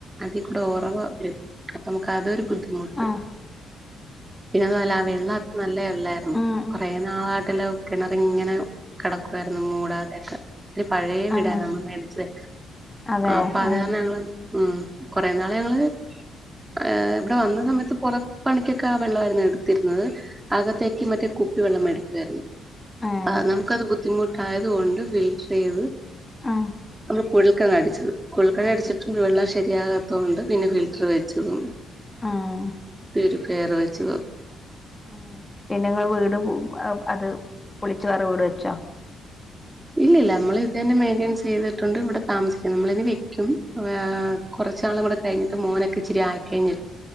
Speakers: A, on the right; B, on the left.
A: അതി കൂടെ ഉറവ വരും അപ്പോ നമുക്ക് അതൊരു ബുദ്ധിമുട്ട്.
B: ആഹ്
A: പിന്നെഅതല്ല ആ വെള്ള അധികം നല്ലതാ തല്ലായിരുന്നു.
B: ആഹ്
A: കുറെ നാളായിട്ട് കലോ കിണറിങ്ങനെ
B: ആഹ്
A: കിടക്കുവായിരുന്നു മൂടാതെയൊക്കെ. ഇത്തിരി പഴയ വീടായിരുന്നു
B: ആഹ്
A: നമ്മള്മേടിച്ചത്
B: അതെ
A: അപ്പൊ അത്
B: ആഹ്
A: കാരണം ഞങ്ങള് ഉം കുറെ നാള് ഞങ്ങള് ഏഹ് ഇവിടെ വന്ന സമയത്ത് പുറം പണിക്കൊക്കെ ആ വെള്ളായിരുന്നു എടുത്തിരുന്നത്. അകത്തേക്ക് മറ്റെ കു കുപ്പി വെള്ളം മേടിക്കുവായിരുന്നു.
B: ഏഹ്
A: ആഹ് നമുക്ക്ത് ബുദ്ധിമുട്ട് ആയത് കൊണ്ട് ഫിൽറ്റർ ചെയ്ത്.
B: ആഹ്
A: <unintelligible> കുഴ ഇക്കാന്ന് അടിച്ചത്. കുഴൽക്കിണർ
B: അതെ
A: അടിച്ചിട്ട് വെള്ളാവിശ ശരിയാകാത്തോണ്ട് പിന്നെ ഫിൽറ്റർ വെച്ചതും
B: ആഹ്
A: പ്യൂരിഫയർ വെച്ചത്
B: മ് പിന്നെങ്ങ വീട് മ് അത് പൊളിക്ക ച്ച് വേറെ വീട് വെച്ചോ?
A: ഇല്ലില്ല. നമ്മൾ ഇത് തന്നെ മെയിന്റനൻസ് ചെയ്തിട്ടുണ്ട്, ഇവിടെ താമസിക്കും നമ്മൾ ഇനി വെക്കും. ആ കുറച്ച് നാൾ ഇവിടെ കഴിഞ്ഞട്ട് മോനൊക്ക ഇച്ചരി ആയി കഴിഞ്ഞി